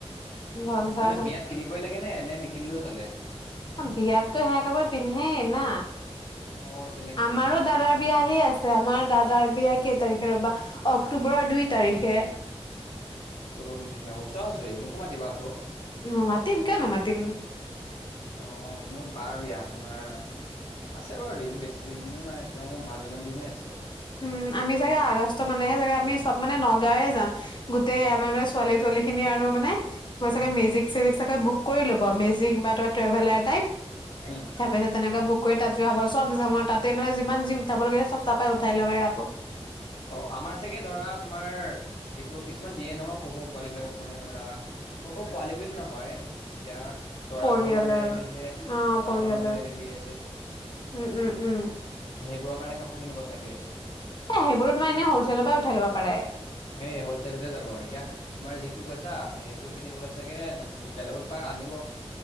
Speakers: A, on the left (about 45°); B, on the left (about 65°).
A: পঞ্চাশ
B: মানে বিয়াত কিনিবই লাগে নে-নে নিকি নিকিনিলেও চলে?
A: বিয়াতো সেয়া কাপোৰ পিন্ধেই না,
B: অ' তেন্তে কিনিব
A: আমাৰো
B: চাগে
A: দাদাৰ বিয়া আহি আছে আমাৰ দাদাৰ বিয়া কেই তাৰিখে ৰ'বা অক্টোবৰৰ দুই তাৰিখে।
B: অক্টোবৰৰ দুই তাৰিখে, ওচৰা ওচৰি মোকো মাতিবা আকৌ।
A: উম, মাতিম কিয় নামাতিম।
B: অ' মোৰ বাৰ বিয়া তোমাৰ আছে বাৰু দিন বেছি দিনো নাই তেওঁ ভালেমান দিনেই আছে।
A: উম আমি চাগে আগষ্ট মানেহে চাগে আমি চব মানে নগাঁওৱে যাওঁ গোটেই
B: উম,
A: আমাৰ মানে ছোৱালী তোৱালী খিনি আৰু মানে তোমাৰ চাগে
B: উম,
A: মেজিক চেজিক চাগে বুক কৰি ল'ব মেজিক বা ত ট্ৰেভেলাৰ টাইপ
B: উম।
A: তাৰ পিছত তেনেকে বুক কৰি তাত যোৱা হব চব যাম আৰু তাতে মানে আৰু যি ইমান যি উঠাব লাগে চব তাৰ পাই খাই ল। <unintelligible>
B: অ' আমাৰ চাগে ধৰা তোমাৰ যিবোৰ কিছুমান দিয়ে নহয় সৰু-সৰু পোৱালী বিলাকক মানে ধৰা সৰু-সৰু পোৱালি বুলি নহয় এতিয়া দৰা
A: পৰিয়ালৰ
B: ঘৰৰ মানুহ আহিলে যে
A: অ',
B: দৰা
A: পৰিয়ালৰ
B: ঘৰৰ মানুহ আহিলে দিয়ে যে
A: উম, উম, উম,
B: সেইবোৰৰ কাৰণে কাপোৰ কিনিব চাগে।
A: এ সেইবোৰো তোমাৰ এনে হলচেলৰ পৰাই উঠাই ল'ব পাৰে।
B: সেইয়ে হলচেলতে যাব এতিয়া তোমাৰ যিটো কৈছা সেইযোৰ পিন্ধিবলৈ চাগে বেলেগৰ পৰাই আনিব।